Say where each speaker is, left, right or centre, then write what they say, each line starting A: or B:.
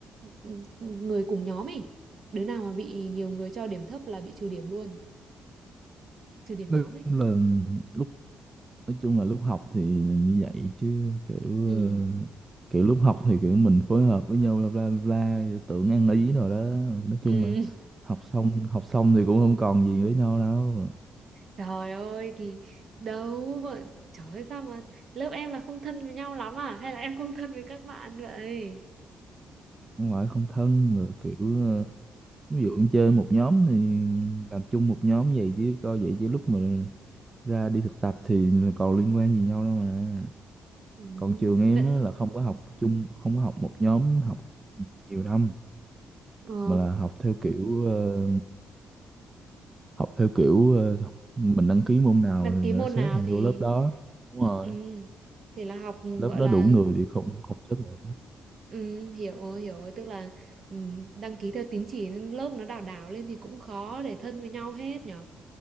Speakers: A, on the right; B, on the right.
A: ừ, người cùng nhóm ấy đứa nào mà bị nhiều người cho điểm thấp là bị trừ điểm luôn trừ điểm nhóm
B: Lúc
A: ấy
B: Là lúc nói chung là lúc học thì là như vậy chứ kiểu
A: ừ
B: ờ, kiểu lúc học thì kiểu mình phối hợp với nhau bla bla bla kiểu tưởng ăn ý rồi đó nói chung
A: ừ
B: là
A: <laughs>
B: học xong học xong thì cũng không còn gì với nhau đâu
A: trời ơi thì đâu mà trời ơi sao mà lớp em là không thân với nhau lắm à hay là em không thân với các bạn vậy
B: không phải không thân mà kiểu ờ, ví dụ em chơi một nhóm thì làm chung một nhóm vậy chứ coi vậy chứ lúc mà ra đi thực tập thì là còn liên quan gì nhau đâu mà
A: ừ,
B: còn trường em
A: vẫn
B: á, là không có học chung không có học một nhóm học nhiều năm
A: ờ
B: mà là học theo kiểu ờ, học theo kiểu ờ, mình đăng ký môn nào
A: đăng
B: thì
A: ký
B: người
A: môn
B: ta xếp
A: nào
B: mình
A: thì
B: vô lớp đó đúng rồi
A: ừ, thì là học
B: lớp
A: gọi
B: đó
A: là
B: đủ người thì không không xếp nữa
A: ừ, hiểu rồi, hiểu rồi. tức là ừ, đăng ký theo tín chỉ nên lớp nó đảo đảo lên thì cũng khó để thân với nhau hết nhở